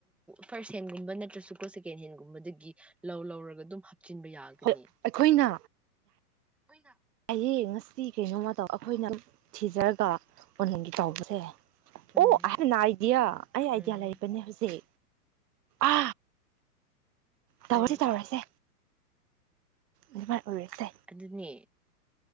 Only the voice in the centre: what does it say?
ꯐꯥꯔꯁꯠ ꯍꯦꯟꯒꯨꯝꯕ ꯅꯠꯇ꯭ꯔꯁꯨꯀꯣ ꯁꯦꯀꯦꯟ ꯍꯦꯟꯒꯨꯝꯕꯗꯒꯤ ꯂꯧ ꯂꯧꯔꯒ ꯑꯗꯨꯝ ꯍꯥꯞꯆꯤꯟꯕ ꯌꯥꯒꯅꯤ
ꯍꯅ
ꯎꯝ
ꯎꯝ
ꯀꯔꯤ
ꯑꯗꯨꯅꯦ